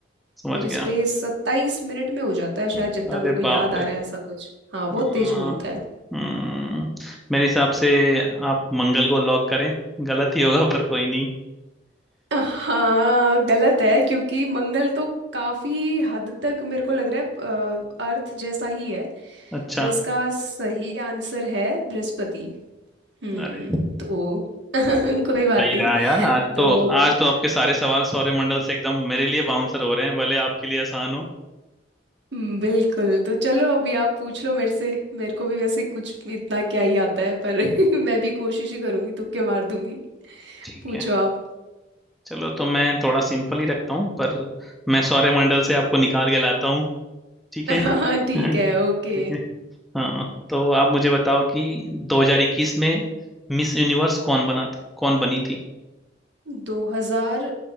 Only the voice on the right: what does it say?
तो इस
पे सत्ताईस मिनट में हो जाता है शायद जितना
मेरे को याद
आ
रहा है ऐसा कुछ हाँ बहुत
तेज घूमता है
हाँ गलत है क्योंकि मंगल तो काफी हद तक मेरे को लग रहा है अ, अर्थ जैसा ही है
तो इसका सही आंसर है बृहस्पति हम्म
तो <laughs> कोई बात
नहीं
तो
हम्म, बिल्कुल तो चलो अभी आप पूछ लो मेरे से मेरे को भी वैसे कुछ इतना क्या ही आता है पर <laughs> मैं भी कोशिश ही करूंगी तुक्के मार दूंगी
पूछो
आप
<laughs>
हाँ ठीक है ओके
दो हजार